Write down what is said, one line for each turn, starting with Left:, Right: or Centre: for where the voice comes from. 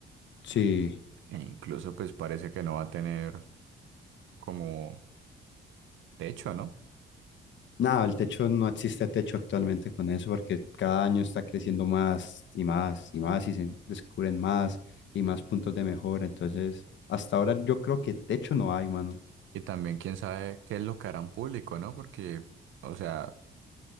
Left: Sí,
Right: E incluso pues parece que no va a tener como techo, ¿no?
Left: No, el techo no existe techo actualmente con eso porque cada año está creciendo más y más y más y se descubren más y más puntos de mejora. Entonces, hasta ahora yo creo que techo no hay, mano.
Right: Y también quién sabe qué es lo que harán público, ¿no? Porque, o sea,